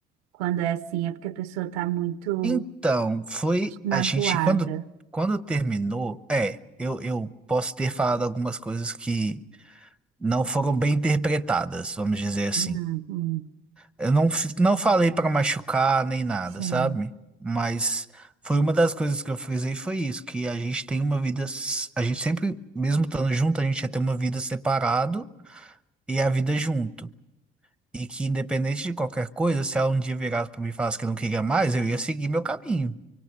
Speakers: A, on the right; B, in the centre.
A: Quando é assim, é porque a pessoa está muito
B: Então, foi a
A: magoada.
B: gente, quando, quando terminou, é, eu, eu posso ter falado algumas coisas que não foram bem interpretadas, vamos dizer assim.
A: hum hum,
B: Eu não, fi- não falei pra machucar nem nada,
A: sim.
B: sabe? Mas foi uma das coisas que eu frisei foi isso, que a gente tem uma vida, s- a gente sempre, mesmo estando junto, a gente ia ter uma vida separado e a vida junto. E que independente de qualquer coisa, se ela um dia virasse pra mim e falasse que não queria mais, eu ia seguir meu caminho.